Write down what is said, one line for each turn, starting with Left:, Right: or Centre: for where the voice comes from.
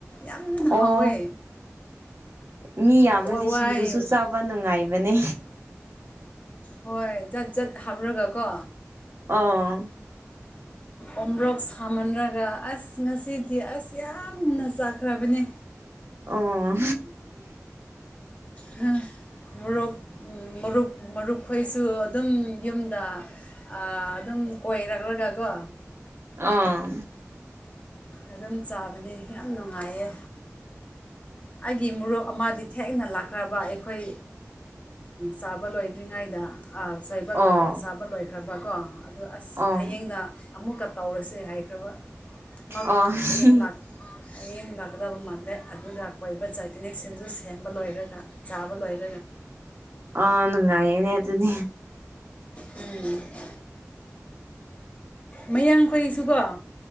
Left: ꯌꯥꯝꯅ
Right: ꯑꯣ
Left: ꯍꯥꯎꯋꯦ
Right: ꯃꯤ ꯌꯥꯝꯗꯤ
Left: ꯍꯋꯥꯏ
Right: ꯁꯤꯡꯖꯨꯁꯨ ꯆꯥꯕ ꯅꯨꯡꯉꯥꯏꯕꯅꯦ
Left: ꯍꯣꯏ ꯖꯥꯠ ꯖꯥꯠ ꯍꯥꯞꯔꯒꯀꯣ
Right: ꯑꯥ <unintelligible>
Left: ꯑꯣꯔꯣꯛ ꯁꯥꯃꯟꯔꯒ ꯑꯁ ꯉꯁꯤꯗꯤ ꯑꯁ ꯌꯥꯝꯅ ꯆꯥꯈ꯭ꯔꯕꯅꯤ
Right: ꯑꯣ
Left: ꯎꯝ ꯃꯔꯨꯞ ꯃꯔꯨꯞ ꯃꯔꯨꯞꯈꯣꯏꯁꯨ ꯑꯗꯨꯝ ꯌꯨꯝꯗ ꯑ ꯑꯗꯨꯝ ꯀꯣꯏꯔꯛꯂꯒꯀꯣ
Right: ꯑ
Left: ꯑꯗꯨꯝ ꯆꯥꯕꯅꯤ ꯌꯥꯝ ꯅꯨꯡꯉꯥꯏꯌꯦ ꯑꯩꯒꯤ ꯃꯨꯞ ꯑꯃꯗꯤ ꯊꯦꯡꯅ ꯂꯥꯛꯈ꯭ꯔꯕ ꯑꯩꯈꯣꯏ ꯁꯥꯕ ꯂꯣꯏꯗ꯭ꯔꯤꯉꯩꯗ ꯆꯩꯕ
Right: ꯑꯣ
Left: ꯂꯣꯏ ꯆꯥꯕ ꯂꯣꯏꯈ꯭ꯔꯕꯀꯣ ꯑꯗꯨꯗ ꯑꯁ
Right: ꯑꯣ
Left: ꯍꯌꯦꯡꯅ ꯑꯃꯨꯛꯀ ꯇꯧꯔꯁꯦ ꯍꯥꯏꯈ꯭ꯔꯕꯃꯛ
Right: ꯑꯣ
Left: ꯍꯌꯦꯡ
Right: <unintelligible>
Left: ꯍꯌꯦꯡ ꯂꯥꯛꯀꯗꯕ ꯃꯥꯜꯂꯦ ꯑꯗꯨꯒ ꯀꯣꯏꯕ ꯆꯥꯛꯀꯅꯤꯡꯁꯤꯡꯁꯨ ꯁꯦꯝꯕ ꯂꯣꯏꯔꯒ ꯆꯥꯕ ꯂꯣꯏꯔ
Right: ꯑ ꯑꯅꯨꯡ ꯉꯥꯏꯅꯦ ꯑꯗꯨꯅꯤ
Left: ꯎꯝ ꯃꯌꯥꯡꯈꯣꯏꯁꯨꯀꯣ